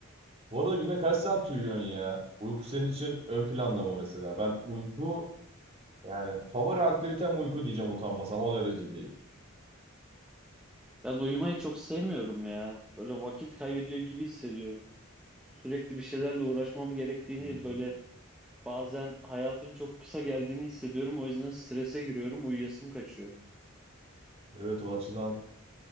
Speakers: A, on the right (about 30°); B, in the centre.
A: Bu arada günde kaç saat uyuyorsun ya? Uyku senin için ön planda mı mesela? Ben uyku yani favori aktivitem uyku diyeceğim utanmasam o derece değil.
B: Ben uyumayı çok sevmiyorum ya. Böyle vakit kaybediyor gibi hissediyorum. Sürekli bir şeylerle uğraşmam gerektiğini
A: Hmm.
B: böyle bazen hayatın çok kısa geldiğini hissediyorum. O yüzden strese giriyorum. Uyuyasım kaçıyor.
A: Evet o açıdan